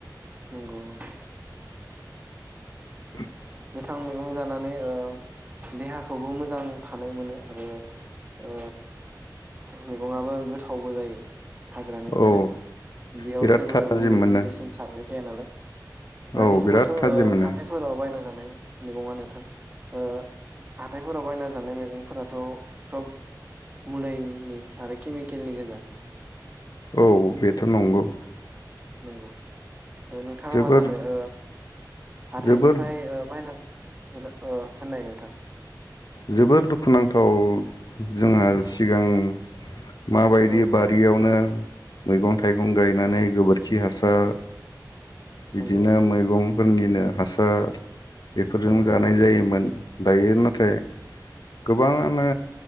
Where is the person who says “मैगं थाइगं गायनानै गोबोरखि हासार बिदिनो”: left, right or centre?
Left